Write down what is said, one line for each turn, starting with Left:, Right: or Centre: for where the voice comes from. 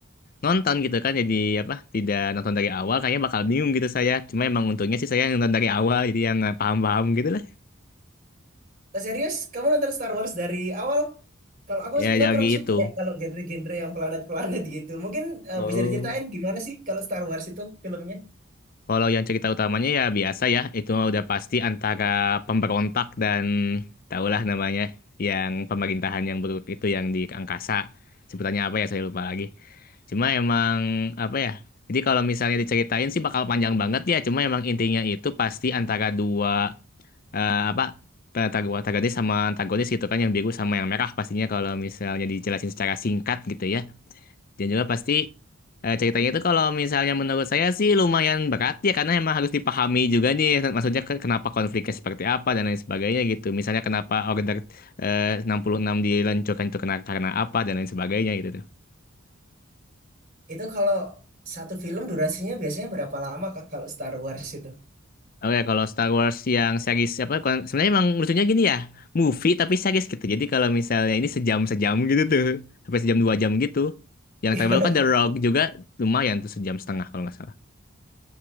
Left: nonton gitu kan jadi apa tidak nonton dari awal kayaknya bakal bingung gitu saya cuma emang untungnya sih saya nonton dari awal jadi yang eh, paham-paham gitu lah
Right: Oh, serius? Kamu nonton Star Wars dari awal? Kalau aku
Left: ya
Right: sebenarnya
Left: jadi
Right: kurang suka
Left: itu
Right: ya kalau genre-genre yang planet-planet gitu. Mungkin eh,
Left: Oh,
Right: bisa diceritain gimana sih kalau Star Wars itu filmnya?
Left: kalau yang cerita utamanya ya biasa ya itu mah udah pasti antara pemberontak dan tahulah namanya yang pemerintahan yang buruk itu yang di angkasa sebutannya apa ya saya lupa lagi cuma emang apa ya jadi kalau misalnya diceritain sih bakal panjang banget ya cuma emang intinya itu pasti antara dua eh, apa ta- tag- Tagades sama antagonis gitu kan yang biru sama yang merah pastinya kalau misalnya dijelasin secara singkat gitu ya dan juga pasti eh, ceritanya itu kalau misalnya menurut saya sih lumayan berat ya karena emang harus dipahami juga nih maksudnya ke- kenapa konfliknya seperti apa dan lain sebagainya gitu misalnya kenapa Order eh, 66 diluncurkan itu karena, karena apa dan lain sebagainya gitu
Right: Itu kalau satu film durasinya biasanya berapa lama Kak kalau Star Wars itu?
Left: Oke, kalau Star Wars yang series apa? kon- Sebenarnya emang lucunya gini ya, movie tapi series gitu. Jadi kalau misalnya ini sejam-sejam gitu tuh, sampai sejam dua jam gitu. Yang
Right: <laughs> iya.
Left: terbaru kan The Rock juga lumayan tuh sejam setengah kalau nggak